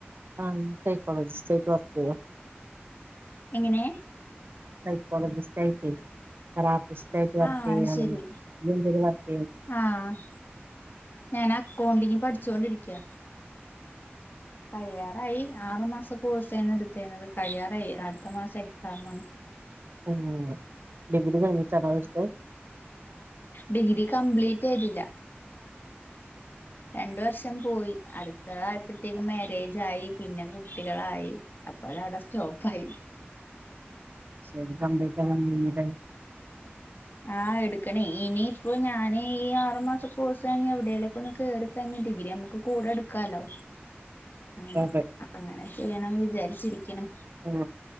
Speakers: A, on the right (about 55°); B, on the left (about 55°).
A: ആ സൈക്കോളജിസ്റ്റ് ആയിട്ട് വർക്കിയ്യ
B: എങ്ങനേ
A: സൈക്കോളജിസ്റ്റയിറ്റയ് തെറാപ്പിസ്റ്റായിട്ട് വർക്കിയ്യാണ്ന്ന്
B: ആഹ് അത് ശരി
A: ഇയ്യെന്തെലുംവർക്ക്
B: ആഹ് ഞാൻ അക്കൗണ്ടിങ് പഠിച്ചുകൊണ്ടിരിക്കയാ കഴിയാറായി ആറു മാസം കോഴ്സ്ന്ന് എടുതിരുന്നത് കഴിയാറായി അടുത്ത മാസം എക്സാമാണ്
A: ഉം ഡിഗ്രി കഴിഞ്ഞട്ടാണോ അത് എടുത്തത്
B: ഡിഗ്രി കംപ്ലീറ്റ്യ്തില്ല രണ്ട് വർഷം പോയി അടുത്തതായപ്പത്തേക്കും മാരേജായി പിന്നെ കുട്ടികളായി അപ്പോഴ വിടെ സ്റ്റോപ്പായി
A: ശരി കംപ്ലീട്ടാവാനിന്നിലെ
B: ആ എടുക്കണേ ഇനിയിപ്പോ ഞാന് ഈ ആറുമാസ കോഴ്സ്ഴിഞ്ഞ എവിടേലൊക്ക ഒന്ന് കേറി ഞ് ഡിഗ്രി നമുക്ക് കൂടെ എടുക്കാലോ അങ്ങനെ
A: അതെ
B: അങ്ങനെ ചെയ്യണം വിചാരിച്ചിരിക്ക്‌ണ്
A: ആഹ്